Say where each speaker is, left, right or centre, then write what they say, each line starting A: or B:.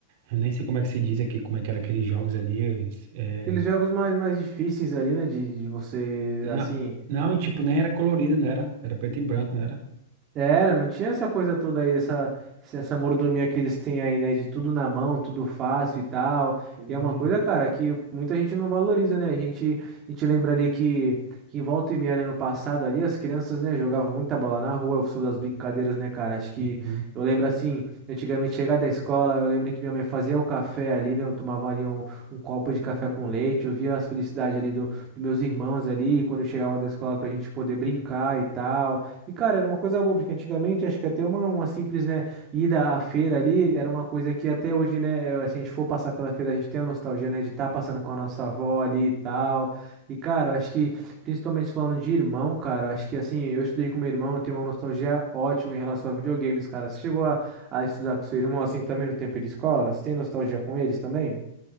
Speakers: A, on the right (about 50°); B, on the right (about 30°).
A: Eu nem sei como é que se diz aqui, como é que era aqueles jogos ali. É,
B: Aqueles jogos mais, mais difíceis ali, né? De, de você,
A: não,
B: assim.
A: não, e tipo, nem era colorido, não era? Era preto e branco, não era?
B: Era, não tinha essa coisa toda aí, essa, esse- essa mordomia que eles têm aí, né? De tudo na mão, tudo fácil e tal.
A: Hum,
B: E é uma coisa, cara, que muita gente não valoriza, né? A gente, a gente lembra ali que, que em volta e meia, né, no passado ali, as crianças, né, jogavam muita bola na rua, o som das brincadeiras, né, cara? Acho que
A: uhum.
B: eu lembro assim, antigamente chegar da escola, eu lembro que minha mãe fazia o café ali, né? Eu tomava ali um, um copo de café com leite, eu via as felicidades ali do, dos meus irmãos ali, quando eu chegava da escola pra gente poder brincar e tal. E, cara, era uma coisa boa, porque antigamente acho que até uma, uma simples, né, ida à feira ali era uma coisa que até hoje, né, é, se a gente for passar pela feira, a gente tem a nostalgia, né, de estar passando com a nossa avó ali e tal. E, cara, eu acho que, principalmente falando de irmão, cara, eu acho que, assim, eu estudei com meu irmão, eu tenho uma nostalgia ótima em relação a videogames, cara. Você chegou a, a estudar com seu irmão, assim, também no tempo de escola? Você tem nostalgia com eles também?